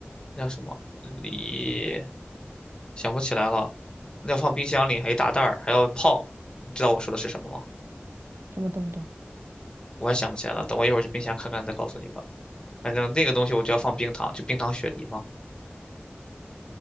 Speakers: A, on the left; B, on the right.
A: 那叫什么梨？想不起来了。要放冰箱里，还一大袋儿，还要泡。你知道我说的是什么吗？
B: 什么东东？
A: 我也想不起来了，等我一会儿去冰箱看看，再告诉你吧。反正那个东西我就要放冰糖，就冰糖雪梨嘛。